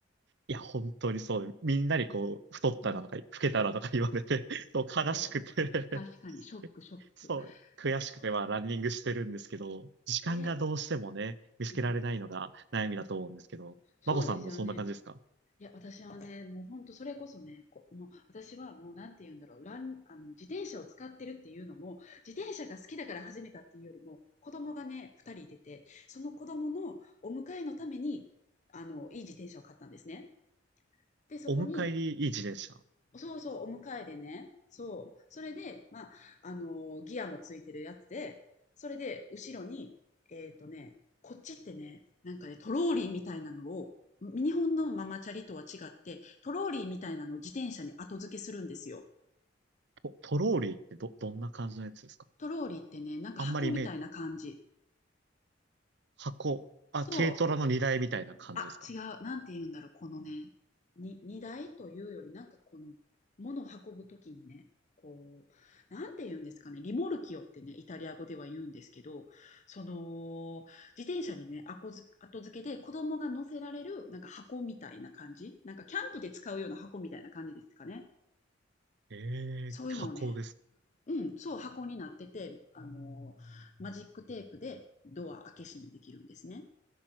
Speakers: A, on the right; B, on the left.
A: いや、本当にそうで、みんなにこう、太ったなとか、
B: うん。
A: 老けたなとか言われて、そう悲しくて
B: そう。確かにショックショック。
A: <laughs> そう、悔しくて、
B: そう。
A: まあ、ランニングしてるんですけど、時間がどうしてもね、
B: え、
A: 見つけられないのが悩みだと思うんですけど、
B: うん。そうですよね。
A: まこさんもそんな感じですか
B: いや、私はね、もう本当それこそね、こもう私はもうなんて言うんだろう、ランあの、自転車を使ってるっていうのも、自転車が好きだから始めたっていうよりも、子供がね、2人いてて、その子供のお迎えのために、あの、いい自転車を買ったんですね。で、そこに
A: お迎えにいい自転車。
B: そうそう、お迎えでね。そう。それで、まあ、あの、ギアもついてるやつで、それで、後ろに、えっとね、こっちってね、なんかね、トローリーみたいなのを、日本のママチャリとは違って、トローリーみたいなのを自転車に後付けするんですよ。
A: ト、トローリーってど、どんな感じのやつですか
B: トローリーってね、なんか箱みたいな感じ。
A: あんまりイメー箱、あ、
B: そう。
A: 軽トラの荷台みたいな感じですか
B: あ、違う。なんて言うんだろう、このね、に荷台というより、なんかこの、物を運ぶときにね、こう、なんて言うんですかね、リモルキオってね、イタリア語では言うんですけど、その、自転車にね、あこづ後付けで子供が乗せられる、なんか箱みたいな感じ、なんかキャンプで使うような箱みたいな感じですかね。
A: え
B: そういうのをね、
A: えー箱ですか。
B: うん、そう、箱になってて、あの、マジックテープでドア開け閉めできるんですね。